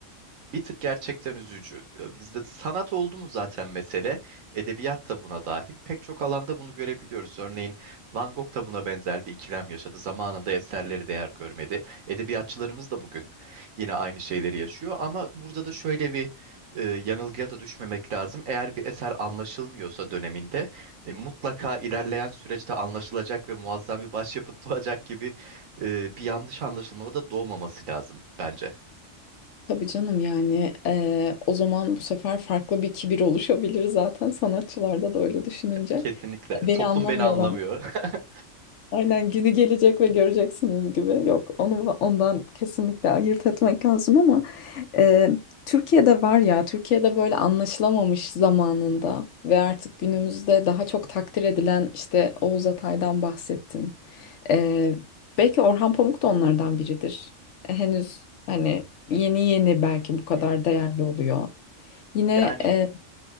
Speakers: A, on the right (about 80°); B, on the left (about 65°).
A: Bir tık gerçekten üzücü. E, Bizde sanat oldu mu zaten mesele, edebiyat da buna dahil. Pek çok alanda bunu görebiliyoruz. Örneğin Van Gogh da buna benzer bir ikilem yaşadı. Zamanında eserleri değer görmedi. Edebiyatçılarımız da bugün yine aynı şeyleri yaşıyor. Ama burada da şöyle bir e, yanılgıya da düşmemek lazım. Eğer bir eser anlaşılmıyorsa döneminde e, mutlaka ilerleyen süreçte anlaşılacak ve muazzam bir başyapıt doğacak gibi e, bir yanlış anlaşılma da doğmaması lazım bence.
B: Tabii canım yani eee, o zaman bu sefer farklı bir kibir oluşabilir zaten sanatçılarda da öyle düşününce.
A: Kesinlikle.
B: Beni
A: Toplum
B: anlamıyorlar
A: beni anlamıyor. <laughs>
B: Aynen günü gelecek ve göreceksiniz gibi. Yok, onu ondan kesinlikle ayırt etmek lazım ama e, Türkiye'de var ya, Türkiye'de böyle anlaşılamamış zamanında ve artık günümüzde daha çok takdir edilen işte Oğuz Atay'dan bahsettin. E, belki Orhan Pamuk da onlardan biridir. E, henüz hani yeni yeni belki bu kadar
A: Hı hı.
B: değerli oluyor. Yine
A: Yani
B: e,